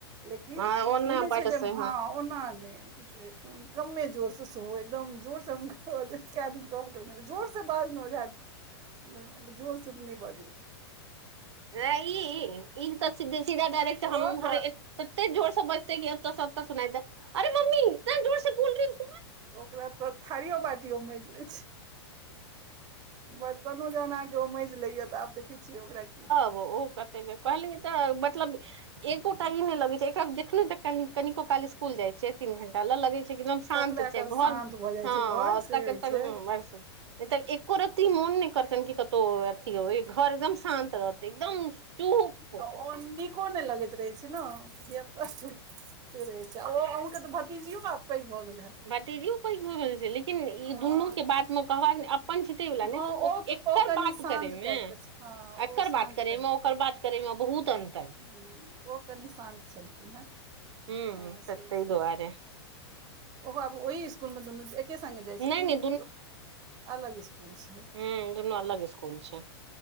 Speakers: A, on the right; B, on the right.
A: लेकिन
B: हँ ओना
A: ई नय
B: बजतै
A: छै जे हँ ओना नय कमे जोर सँ सेहो एकदम जोर से <unintelligible> कैय दिन कहबो कहलखित जोर सँ बाज न ओझाजी हम कहलियै जेड़ सँ नय बजै छै
B: नय ई ई तऽ सिधे - सीधा डायरेक्ट
A: ओ
B: हमर
A: तऽ
B: ए तते जोर सँ बजतै की एतऽ सँ अतऽ सुनाइ दैत अरे मम्मी इतना जोर से बोल रही हूँ
A: ओकरा तऽ थारियो बाटियो माइज लै छै बर्तनो जहन अहाँकेँ ओ माइज लैय तऽ आब देखै छियै ओकरा की
B: ओ ओ कहतै जे कहलियै तऽ मतलब एगोटा ई नय लगै छै एकरा जेखने तऽ कनि कनिको काल इसकूल जाय छियै तीन घंटा लऽ रहैय छै की एकदम शान्त
A: ततबे
B: छै
A: काल
B: घर
A: शान्त भऽ जाइ
B: हँ
A: छै घर से होइ छै
B: <unintelligible> नय तऽ एको रती मोन नय करतैन कि कतहु अथी होइ घर एकदम शान्त रहत एकदम चूप
A: आ ओ नीको नइ लगैत रहै छै नऽ धियापुता से रहे छै आ ओ आहुँ केँ तऽ भतीजियो आब पैघ भऽ गेल हैत
B: भतिजियो पैघ भऽ गेल छै लेकिन ई
A: हँ
B: दुनू केँ बातमे कहबाक नय अपन छै तै वला नय
A: हँ
B: ओ ओ ए कर
A: कनि
B: बात
A: शान्त
B: करै मे
A: टाइप के छै हँ
B: एकर
A: ओ शान्त
B: बात करै मऽ ओकर बात करै मऽ बहुत अन्त
A: हँ ओ कनी शान्त छलखिन हेँ
B: हू
A: हँ
B: त
A: से
B: तै
A: छल
B: दुआरे
A: ओहो आब ओहि स्कूल मे दुनू एके संगे जाय
B: नहि
A: छथिन
B: नहि
A: की दू अलग स्कुल छै
B: ह त अलग स्कूल छै